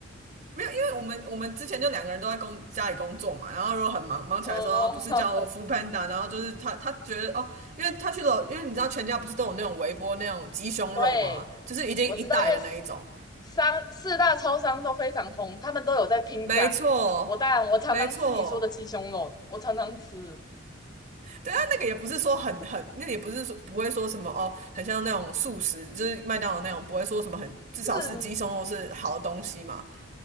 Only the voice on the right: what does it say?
没有，因为我们我们之前就两个人都在工家里工作嘛，然后如果很忙忙起来的时候，
他不是叫
f o o p a n d a 然后就是他他觉得哦，因为他去了，因为你知道全家不是都有那种微波那种鸡胸肉吗？
就是已经一袋的那一种，
没错，
没错。
对啊，那个也不是说很很，那个也不是说不会说什么哦，很像那种素食，就是麦当劳那种，不会说什么很，至少是鸡胸肉是好东西嘛。